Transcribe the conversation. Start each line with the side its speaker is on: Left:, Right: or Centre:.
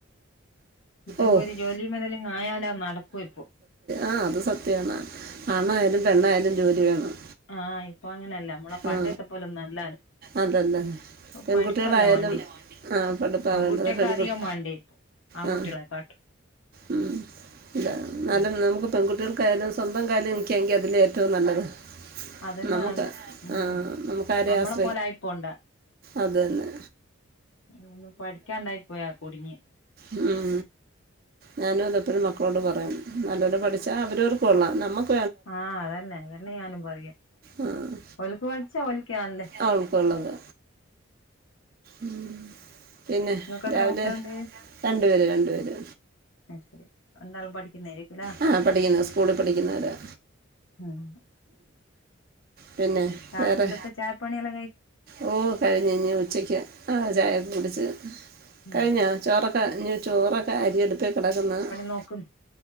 Left: എന്തെങ്കലും
Right: ഓ
Left: ഒരു ജോലി മുതലും ആയാലാ നടക്കൊ പ്പോ.
Right: ആഹ് അത് സത്യമാണ് ആണ്ണായാലും പെണ്ണായാലും ജോലി വേണം.
Left: ആഹ് ഇപ്പൊ അങ്ങനെയല്ല നമ്മളെ പണ്ട്
Right: ആ
Left: താ പോലും നല്ലല്ല.
Right: അതല്ലേ
Left: പോ എന്നു
Right: പെൺകുട്ടികളായാലും
Left: പഠിപ്പല്ലേ വാണ്ടിയെ
Right: ആ പഠിപ്പാണ്
Left: പെൺകുട്ടിയെക്കാതിയെ
Right: വേണ്ടത് പെൺകുട്ടി
Left: മാണ്ടിയെ ആൺകുട്ടികളെ
Right: ആ
Left: കാട്ടും
Right: ഉം ല്ലന്നാലും
Left: ഉം
Right: നമ്ക്ക് പെങ്കുട്ടിയോൾ നിക്കെതും സ്വന്തം കാല് നിക്കാണെങ്കി അതില് ഏറ്റവും നല്ലത്.
Left: അതന്നെ
Right: നമുക്ക്
Left: നല്ലേ ഉം
Right: ആ നമുക്കാരേം
Left: നമ്മളെ
Right: ആസ്
Left: പോലെ ആയിപ്പോണ്ട
Right: അതന്നെ
Left: നിന്ന് പഠിക്കാണ്ടായി പോയാ കുടിങ്ങിയേ
Right: ഉം ഞാനും അതപ്പെഴും മക്കളോട് പറയും നല്ലോരം പഠിച്ചാ അവരവർക്ക് കൊള്ളാം നമ്മക്ക്
Left: ആഹ് അതന്നെ അതന്നെ ഞാനും പറയാ
Right: ആ
Left: ഓല്ക്ക് പഠിച്ചാ ഓ ൽക്കാല്ലേ
Right: അവൾക്കുള്ളത് ഉ പിന്നെ
Left: ഇങ്ങക്ക് എത്ര
Right: രാവിലെ
Left: കുട്ടികളുണ്ട്
Right: രണ്ട് പേര് രണ്ടു പേര്
Left: ആ ശരി രണ്ടാളും പഠിക്ക്ന്നേരിക്കലേ
Right: ആ പഠിക്കുന്ന സ്കൂളിൽ പഠിക്കുന്നവരാ
Left: ആഹ്
Right: പിന്നെ
Left: രാവിലത്തെ
Right: വേറെ
Left: ചായ പണിയാണ്-
Right: ഓ കഴിഞ് ഞ്ഞി ഉച്ചക്ക് ആ ചായൊക്കെ കുടിച്ച്
Left: ഉം
Right: കഴിഞ്ഞാ ചോറൊക്ക ഞ് ചോറൊക്ക അരിയടു <unintelligible>
Left: നോക്കും